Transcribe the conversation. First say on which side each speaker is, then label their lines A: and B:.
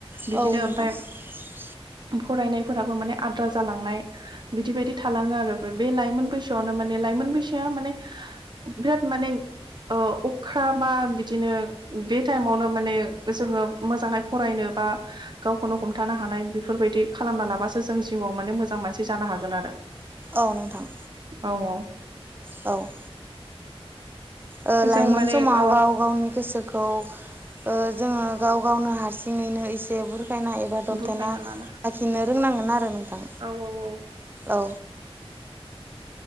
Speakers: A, on the right; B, on the right.
A: औ
B: बिदिनो ओमफाय फरायनायफोराबो माने आद्रा जालांनाय बिदि बायदि थालाङो आरो। बे लाइमोन बैसोआवनो माने लाइमोन बैसोआ माने बिराद माने ओ-अख्रा बा बिदिनो बे टाइमावनो माने जोङो मोजांहै फरायनो बा गावखौनो हमथानो हानाय बेफोरबायदि खालामना लाबासो जों जिउआव माने मोजां मानसि जानो हागोन आरो।
A: औ नोंथां।
B: औ औ।
A: औ। ओ लाइमोन
B: जों माने
A: समाव
B: औ
A: गाव गावनि गोसो खौ ओ जोङो गाव गावनो हारसिङैनो एसे बुरखायनाय एबा दबथायना
B: बुरखायना लाना
A: लाखिनो रोंनांगोन आरो नोंथां
B: औ औ
A: औ